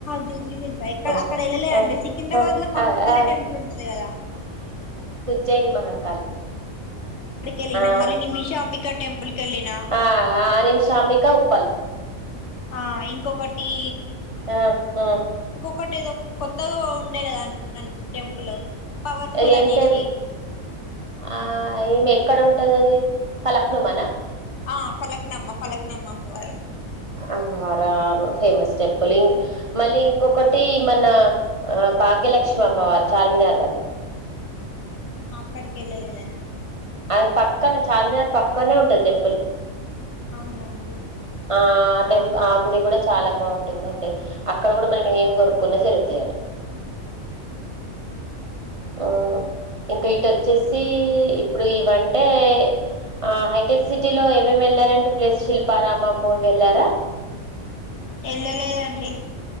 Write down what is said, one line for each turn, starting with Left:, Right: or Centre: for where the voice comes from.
Left: జూబ్లీ ఇక్కడ
Right: ఆ,
Left: అక్కడ వెళ్ళలే
Right: ఆ, ఆ,
Left: అండి సికింద్రాబాద్ లో మహంకాళి
Right: ఆ, ఆ,
Left: టెంపుల్ ఉంటది గదా
Right: జేడి మహన్
Left: వెళ్ళిన
Right: ఆ
Left: మళ్ళీ నిమిష అంబిక టెంపుల్ కి వెళ్ళిన
Right: ఆ ఆ నిమిషాంబిక ఉప్పల్
Left: ఆ ఇంకొకటి
Right: ఆ ఆ
Left: ఒకటి ఏదో కొత్తగా వో ఉండే గదా అం అం టెం పులో పవర్ఫుల్
Right: ఏం
Left: అనేసి
Right: టెం ఆ ఈమె ఎక్కడ ఉంటంది అది ఫలక్ నమా నా
Left: ఆ ఫలక్ నమ్మ పలకనమ్మ అమ్మవారు
Right: అమ్మరారు ఫేమస్ టెంపుల్ లీన్ మళ్ళీ ఇంకొకటి మన భాగ్యలక్ష్మి అమ్మవారు చార్మినార్ దగ్గర
Left: అక్కడికి వెళ్ళలేదండి
Right: అది పక్కనే చార్మినార్ పక్కనే ఉంటంది టెంపుల్
Left: అవునా అండి
Right: ఆ ఆ టైం ఆ గుడి గూడా చాలా బాగుంటుంది అండి అక్కడ గూడా మనం ఏం కోరుకున్నా జరుగుతాయట ఓ ఇంకా ఇటువచ్చేసి ఇప్పుడు ఇవి అంటే ఆ హైటెక్ సిటీలో ఏం ఏం వెళ్లారండి ప్లస్ శిల్పారామము వెళ్ళారా
Left: వెళ్ళలేదు అండి